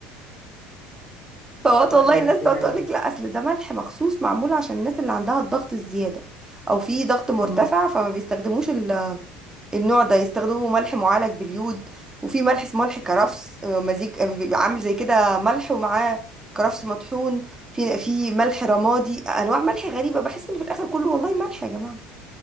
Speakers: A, on the right; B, on the left.
A: فوات
B: لا
A: والله
B: بجد
A: الناس تقعد
B: يعني
A: تقول لك لا اصل ده ملح مخصوص معمول عشان الناس اللي عندها الضغط الزياده او في ضغط مرتفع
B: مم.
A: فما بيستخدموش ال- النوع ده يستخدموا ملح معالج باليود وفي ملح اسمه ملح كرفس آه، مزيج آه، بيبقى عامل زي كده ملح ومعاه كرفس مطحون في في ملح رمادي انواع ملح غريبه بحس ان في الاخر كله والله ملح يا جماعه